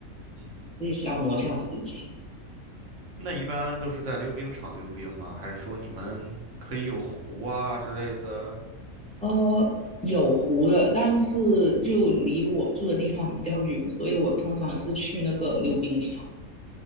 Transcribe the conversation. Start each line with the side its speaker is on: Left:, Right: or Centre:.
Right: 嗯哼。
Centre: 可以消磨一下时间。
Right: 那一般都是在溜冰场溜冰吗？还是说你们可以有湖啊之类的？
Centre: 呃，有湖的，但是就离我住的地方比较远，所以我通常是去那个溜冰场。